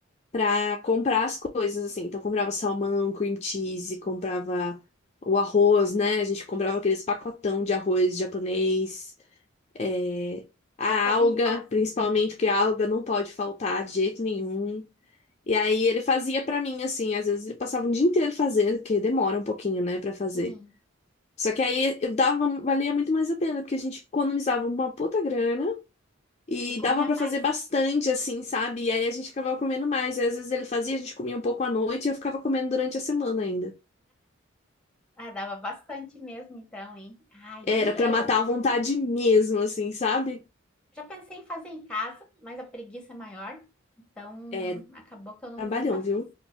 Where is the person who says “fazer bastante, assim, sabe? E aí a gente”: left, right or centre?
Left